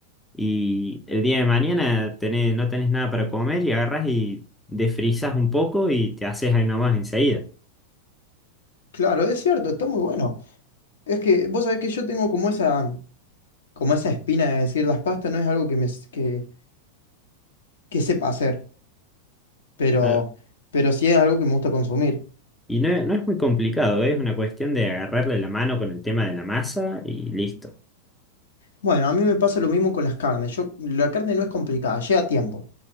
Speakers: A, in the centre; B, on the left.
A: y el día de mañana tenés- no tenés nada para comer y agarras y desfrizas un poco y te haces ahí nomás enseguida.
B: Claro, es cierto, está muy bueno. Es que vos sabés que yo tengo como esa, como esa espina de decir las pastas no es algo que me s- que, que sepa hacer, pero,
A: Claro.
B: pero sí es algo que me gusta consumir.
A: Y no, no es muy complicado, ¿eh? Es una cuestión de agarrarle la mano con el tema de la masa y listo.
B: Bueno, a mí me pasa lo mismo con las carnes. Yo, la carne no es complicada, lleva tiempo